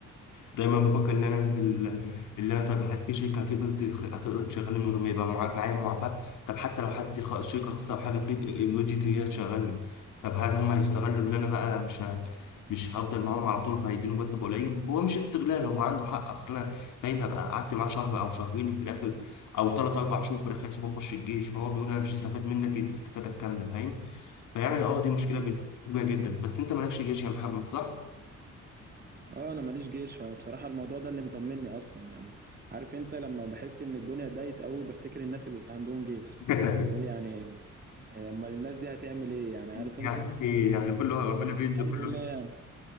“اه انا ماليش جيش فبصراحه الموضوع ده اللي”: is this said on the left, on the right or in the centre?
Right